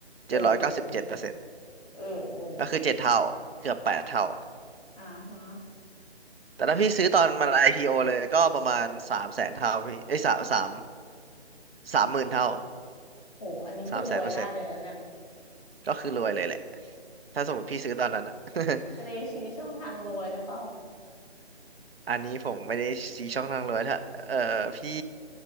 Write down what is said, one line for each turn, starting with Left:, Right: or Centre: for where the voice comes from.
Left: เออเออ
Right: เจ็ดร้อยเก้าสิบเจ็ดเปอร์เซ็นต์
Left: เออเออ
Right: ก็คือเจ็ดเท่าเกือบแปดเท่า
Left: อ่าฮะ
Right: แต่ถ้าพี่ซื้อตอนมัน IPO เลยก็ประมาณสามแสนเท่าพี่ไอ้ยสามสามสามหมื่นเท่า
Left: โหอันนี้คือรวยได้เลยนะเนี่ย
Right: สามแสนเปอร์เซ็นต์ก็คือรวยเลยแหละถ้าสมมติพี่ซื้อตอนนั้นอะ <laughs>
Left: อันนี้ชี้ช่องทางรวยหรือเปล่า
Right: อันนี้ผมไม่ได้ชี้ช่องทางรวยถ้าเออพี่